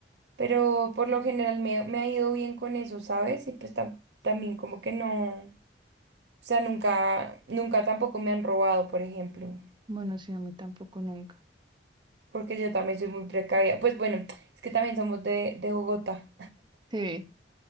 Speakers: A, on the right (about 70°); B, on the right (about 25°).
A: Pero por lo general me, me ha ido bien con eso, ¿sabes? Y pues tam- también como que no. O sea, nunca, nunca tampoco me han robado, por ejemplo.
B: Bueno, sí, a mí tampoco nunca.
A: Porque yo también soy muy precavida. Pues bueno, es que también somos de, de Bogotá.
B: Sí,